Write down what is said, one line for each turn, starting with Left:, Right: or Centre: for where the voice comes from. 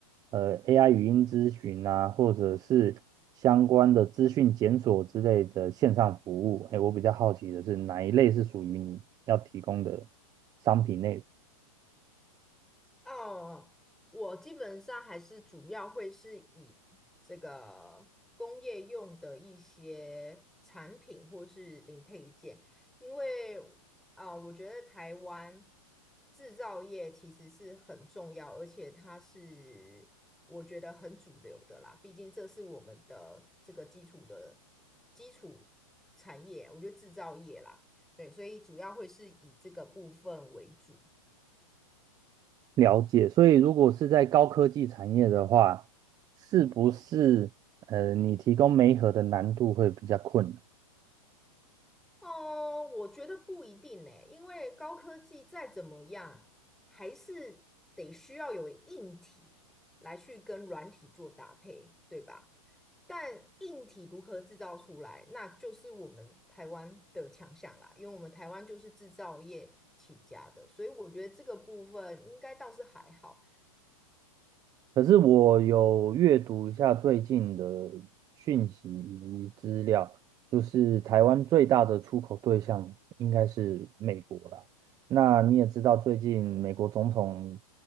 Right: 呃 AI 语音咨询啊，或者是相关的资讯检索之类的线上服务。哎，我比较好奇的是哪一类是属于你要提供的商品内容
Centre: 哦，我基本上还是主要会是以这个工业用的一些产品或是零配件，因为啊，我觉得台湾制造业其实是很重要，而且它是我觉得很主流的啦，毕竟这是我们的这个基础的基础产业，我觉得制造业啦，对，所以主要会是以这个部分为主。
Right: 了解。所以如果是在高科技产业的话，是不是呃你提供媒合的难度会比较困难？
Centre: 哦，我觉得不一定呢，因为高科技再怎么样，还是得需要有硬体来去跟软体做搭配，对吧？但硬体如何制造出来，那就是我们台湾的强项啦，因为我们台湾就是制造业起家的，所以我觉得这个部分应该倒是还好。
Right: 可是我有阅读一下最近的讯息以及资料，就是台湾最大的出口对象应该是美国啦。那你也知道，最近美国总统